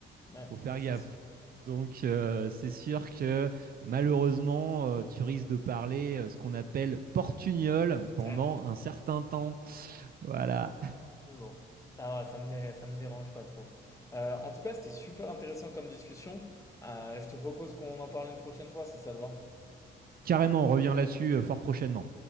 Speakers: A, on the left; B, on the right.
A: Ouais,
B: faut faire
A: ça c'est
B: gaffe.
A: sûr.
B: Donc euh, c'est sûr que malheureusement, euh, tu risques de parler euh, ce qu'on appelle portugnol pendant
A: <laughs>
B: un certain temps. Voilà.
A: Mais bon, ça va, ça me, dé- ça me dérange pas trop. Euh, en tout cas, c'était super intéressant comme discussion. Euh, je te propose qu'on en parle une prochaine fois si ça te va.
B: Carrément, on revient là-dessus euh, fort prochainement.